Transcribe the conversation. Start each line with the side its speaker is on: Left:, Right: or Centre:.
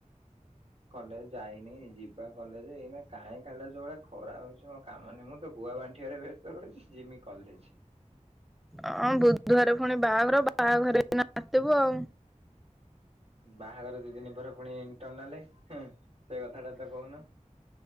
Right: କଲେଜ ଯାଇନି। ଯିବା କଲେଜେ ଏଇନା କାଇଁ ଖାଲିଟା ଯୋଉରା ଖରା ହେଉଛି ମୋ କା ମାନେ ମୁଁ ତ ଗୋଆ ଆ ବାଣ୍ଟିଆ ରେ ବ୍ୟସ୍ତ ରହୁଛି ଯିମି କଲେଜ।
Centre: ଅଁ ବୁଧବାର ପୁଣି ବାହାଘର। ବାହାଘରେ ଏଇନା ମାତିବୁ ଆଉ।
Right: ବାହାଘର ଦି ଦିନ ପରେ ପୁଣି ଇଣ୍ଟରନାଲେ ହୁଁ ସେ କଥାଟା ତ କହୁନ।